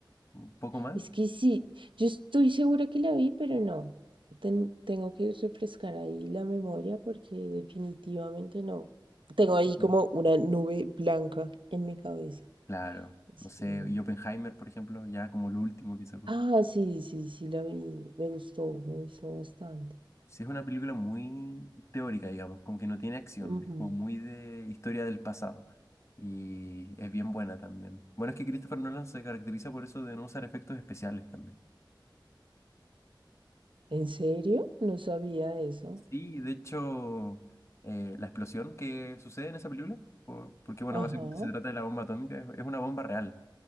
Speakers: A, on the left; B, on the right.
A: un poco más.
B: Es que sí, yo estoy segura que la vi, pero no. Ten- tengo que refrescar ahí la memoria porque definitivamente no. Tengo
A: Ujú.
B: ahí como una nube blanca en mi cabeza.
A: Claro,
B: Así
A: no sé,
B: que-
A: y Oppenheimer, por ejemplo, ya como lo último quizás.
B: Ah, sí, sí, sí, la vi. Me gustó, me gustó bastante.
A: Sí, es una película muy teórica, digamos, como que no tiene acción,
B: Ujú.
A: es como muy de historia del pasado. Y es bien buena también. Bueno, es que Christopher Nolan se caracteriza por eso de no usar efectos especiales también.
B: ¿En serio? No sabía eso.
A: Sí, de hecho, eh, la explosión que sucede en esa película, por- porque bueno,
B: Ajá.
A: básicamente se trata de la bomba atómica, es, es una bomba real.